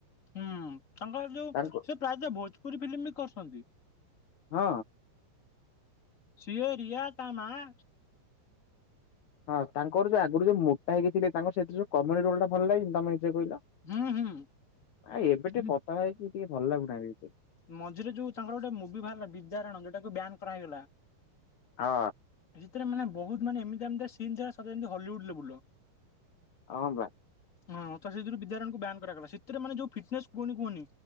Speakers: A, on the left; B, on the left.
A: ହୁଁ ତାଙ୍କ ଯୋଉ
B: ତାଙ୍କୁ
A: ସେ ପ୍ରାୟତଃ ଭୋଜପୁରୀ ଫିଲ୍ମ ବି କରିଚନ୍ତି।
B: ହଁ।
A: ସିଏ, ରିୟା, ତା ମାଆ
B: ହଁ ତାଙ୍କର ଯୋଉ ଆଗରୁ ଯୋଉ ମୋଟା ହେଇକି ଥିଲେ ତାଙ୍କର ସେଇଠୁ ଯୋଉ କମେଡି ରୋଲଟା ଭଲ ଲାଗେନି ତମେ ନିଜେ କହିଲ
A: ହୁଁ ହୁଁ।
B: ଆ ଏବେ ଟିକେ ପତଳା ହେଇକି ଟିକେ ଭଲ ଲାଗୁ ନାହିଁ ବି ଏତେ।
A: ମଝିରେ ଯୋଉ ତାଙ୍କର ଗୋଟେ ମୁଭି ଭାରିଲା ବିଦ୍ୟାରାଣ ଯୋଉଟାକୁ ବ୍ୟାନ୍ କରା ହେଇଗଲା।
B: ହଁ।
A: ସେଥିରେ ମାନେ ବୋହୁତ ମାନେ ଏମିତିଆ ଏମିତିଆ ସିନ୍ ଥିଲା ସବୁ ଯେମିତି ହଲିଉଡ୍ ଲେବୁଲର।
B: ହଁ ବା।
A: ହଁ ତ ସେଇଥିରୁ ବିଦ୍ୟାରଣକୁ ବ୍ୟାନ୍ କରାଗଲା ସେଥିରେ ମାନ ଯୋଉ ଫିଟନେସ୍ କୁହନି କୁହନି